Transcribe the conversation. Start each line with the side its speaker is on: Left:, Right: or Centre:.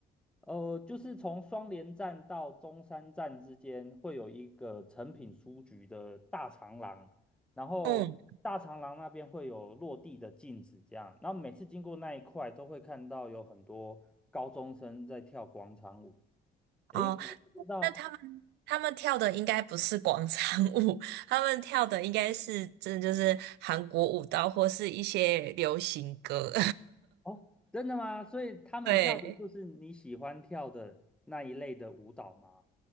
Centre: 呃，就是从双连站到中山站之间会有一个成品书局的大长廊，然后大长廊那边会有落地的镜子，
Right: 嗯，
Centre: 这样，然后每次经过那一块都会看到有很多高中生在跳广场舞。
Right: 哦，
Centre: 诶，我不知道。
Right: 那他们他们跳的应该不是广场舞，<laughs> 他们跳的应该是真的就是韩国舞蹈或是一些流行歌。
Centre: 哦，真的吗？所以他们跳的就是你喜欢跳的那一类的舞蹈吗？
Right: <laughs> 对。